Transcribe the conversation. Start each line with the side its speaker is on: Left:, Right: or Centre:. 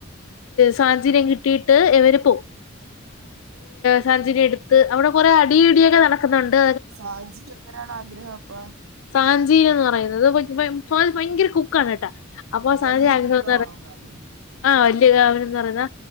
Left: സാഞ്ചിനിയും കിട്ടിയിട്ട് എവര് പോം സാഞ്ചിനിയും
Right: ഉം.
Left: എടുത്ത് അവടെ കൊറെ അടി ഇടിയൊക്കെ നട ക്കുന്നോണ്ട്
Right: സാഞ്ചിനിക്ക എങ്ങനാണ് ആഗ്രഹം അപ്പം
Left: സാഞ്ചീ എന്ന് പറയുന്നത് ഭയങ്കര കുക്കാണ് കേട്ടാ അപ്പൊ സാഞ്ചി
Right: വലിയ
Left: ആഗ്ര
Right: കുക്കാവണം എന്ന് ആഗ്രഹം
Left: ആഹ് വല്യയ അവനെന്ന് പറയുന്ന